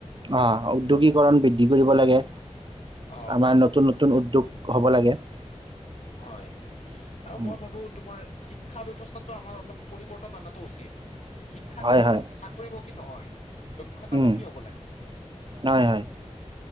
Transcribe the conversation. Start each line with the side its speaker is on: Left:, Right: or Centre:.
Right: অ', উদ্যোগীকৰণ বৃদ্ধি কৰিব লাগে,
Left: অ',
Right: আমাৰ নতুন নতুন নতুন উদ্যোগ হ'ব লাগে।
Left: হয়। আৰু
Right: উম,
Left: মই ভাবো তোমাৰ শিক্ষা ব্যয়ৱস্থাতো আমাৰ অলপ পৰিৱৰ্তন অনাটো উচিত। শিক্ষা
Right: হয়
Left: কেৱল
Right: হয়
Left: কৰিমুখী নহয়। <unintelligible> ক্ষতামুখি
Right: উম,
Left: হব লাগে।
Right: হয় হয়